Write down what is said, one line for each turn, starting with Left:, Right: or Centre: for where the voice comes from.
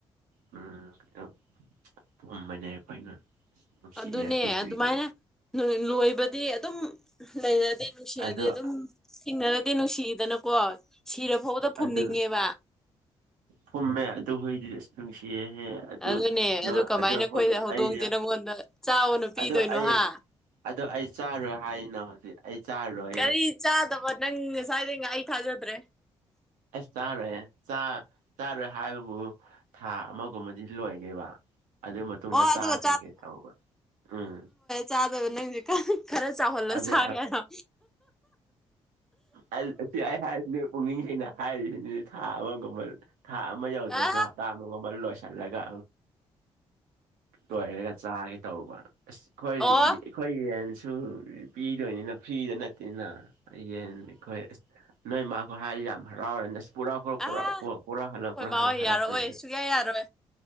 Right: ꯎꯝ ꯀꯩꯅꯣ ꯐꯨꯝꯕꯅꯦ ꯑꯩꯈꯣꯏꯅ ꯅꯨꯡꯁꯤꯌꯦ
Centre: ꯑꯗꯨꯅꯦ
Right: ꯑꯗꯨ ꯍꯨꯏꯗꯣ
Centre: ꯑꯗꯨꯃꯥꯏꯅ ꯂꯣꯏꯕꯗꯤ ꯑꯗꯨꯝ ꯂꯩꯔꯗꯤ ꯅꯨꯡꯁꯤꯔꯗꯤ
Right: ꯑꯗꯣ
Centre: ꯑꯗꯨꯝ ꯊꯦꯡꯅꯔꯗꯤ ꯅꯨꯡꯁꯤꯗꯅꯀꯣ ꯁꯤꯔ ꯐꯥꯎꯕꯗ ꯐꯨꯝꯅꯤꯡꯉꯦꯕ
Right: ꯑꯗꯨ ꯐꯨꯝꯃꯦ ꯑꯗꯨ ꯍꯨꯏꯗꯤ ꯑꯁ ꯅꯨꯡꯁꯤꯌꯦꯍꯦ ꯑꯗꯨ
Centre: ꯑꯗꯨꯅꯦ ꯀꯃꯥꯏꯅ
Right: ꯑꯗꯨ
Centre: ꯑꯩꯈꯣꯏ
Right: ꯍꯧ
Centre: ꯍꯧꯗꯣꯡꯁꯦ
Right: ꯑꯩꯁꯦ
Centre: ꯅꯪꯉꯣꯟꯗ ꯆꯥꯎꯅ ꯄꯤꯗꯣꯏꯅꯣ
Right: ꯑꯗꯨ ꯑꯩ
Centre: ꯍꯥ
Right: ꯑꯗꯣ ꯑꯩ ꯆꯥꯔꯣꯏ ꯍꯥꯏꯅ ꯍꯧꯖꯤꯛ ꯑꯩ ꯆꯥꯔꯣꯏꯌꯦ
Centre: ꯀꯔꯤ ꯆꯥꯗꯕ ꯅꯪ ꯉꯁꯥꯏꯗꯒꯤ ꯑꯩ ꯊꯥꯖꯗ꯭ꯔꯦ
Right: ꯑꯁ ꯆꯥꯔꯣꯏꯍꯦ ꯆꯥꯔꯣꯏ ꯍꯥꯏꯕꯕꯨ ꯊꯥ ꯑꯃꯒꯨꯝꯕꯗꯤ ꯂꯣꯏꯒꯦꯕ ꯑꯗꯨꯒꯤ ꯃꯇꯨꯡꯗ
Centre: ꯑꯣ
Right: ꯆꯥꯈ꯭ꯔꯒꯦ
Centre: ꯑꯗꯨꯒ
Right: ꯇꯧꯕ ꯎꯝ
Centre: ꯆꯥꯗꯣꯏꯔꯣ ꯅꯪꯒꯤꯁꯦ ꯈꯔ ꯆꯥꯎꯍꯜꯂꯒ
Right: ꯑꯗ
Centre: ꯆꯥꯒꯦ ꯍꯥꯏꯔꯣ
Right: ꯑꯁꯤ ꯑꯩ ꯍꯥꯏꯔꯤꯅꯦ ꯄꯨꯛꯅꯤꯡꯉꯩꯅ ꯍꯥꯏꯔꯤꯁꯤꯅꯦ ꯊꯥ ꯑꯃꯒꯨꯝꯕ ꯊꯥ ꯑꯃ ꯌꯧꯗ꯭ꯔꯁꯨ
Centre: ꯑ
Right: ꯍꯞꯇꯥ ꯑꯃꯒꯨꯝꯕ ꯂꯣꯏꯁꯤꯜꯂꯒ ꯂꯣꯏꯔꯒ ꯆꯥꯒꯦ ꯇꯧꯕ ꯑꯁ ꯑꯩꯈꯣꯏ
Centre: ꯑꯣ ꯑ
Right: ꯑꯩꯈꯣꯏ ꯌꯦꯟꯁꯨ ꯄꯤꯗꯣꯏꯅꯤꯅ ꯐ꯭ꯔꯤꯗ ꯅꯠꯇꯦꯅ ꯌꯦꯟꯅꯦ ꯑꯩꯈꯣꯏ ꯑꯁ ꯅꯣꯏ ꯃꯥꯈꯣꯏ ꯍꯥꯏꯔꯗꯤ ꯌꯥꯝ ꯍꯔꯥꯎꯔꯅꯤ ꯅꯁ ꯄꯨꯔꯥꯍꯧꯔꯛ
Centre: ꯑ ꯑꯩꯈꯣꯏ
Right: ꯄꯨꯔꯥ ꯍꯜꯂꯛ ꯄꯔꯥ
Centre: ꯃꯥ
Right: ꯍꯜ
Centre: ꯍꯣꯏ
Right: ꯍꯏꯔꯛꯇꯣꯏꯅꯤ
Centre: ꯌꯥꯔꯛꯑꯣꯏ ꯁꯨꯡꯌꯥ ꯌꯥꯔꯣꯏ